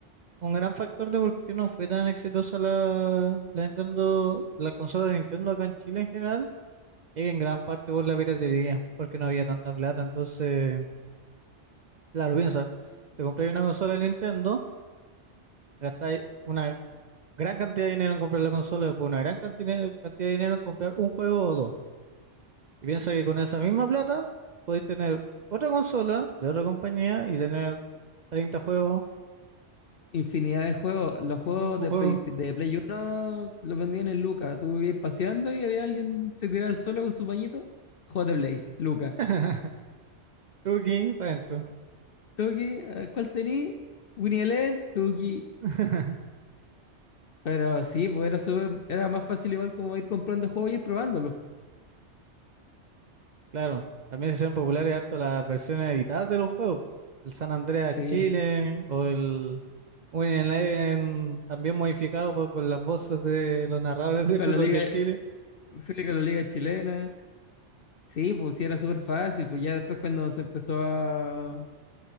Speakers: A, on the right; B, on the left.
A: un gran factor de por qué no fue tan exitosa la, la Nintendo, la consola de Nintendo acá en Chile en general, es que en gran parte por la piratería, porque no había tanta plata. Entonces, claro, piensa, te compras una consola de Nintendo, gastáis una gran cantidad de dinero en comprar la consola, después una gran cantidad, cantidad de dinero en comprar un juego o dos. Y piensa que con esa misma plata podéis tener otra consola de otra compañía y tener 30 juegos
B: infinidad de juegos. Los juegos
A: y 5
B: de
A: juegos.
B: Play, de Play 1 los vendían en Luca. Tú ibas paseando y había alguien se tiraba al suelo con su pañito. Juegos de Play, Luca.
A: <laughs> Tuki, para adentro.
B: Tuki, eh, ¿cuál tení? Winnie Eleven, Tuki.
A: <laughs>
B: Pero sí, pues era súper, era más fácil igual como ir comprando juegos y ir probándolos.
A: Claro, también se hicieron populares harto las versiones editadas de los juegos. El San Andreas
B: Sí,
A: Chile o el Winning Eleven, también modificado por- con las voces de los narradores de
B: con
A: fútbol
B: la liga,
A: de Chile.
B: sí, con la liga chilena. Sí, pues sí, era súper fácil. Pues ya después cuando se empezó a,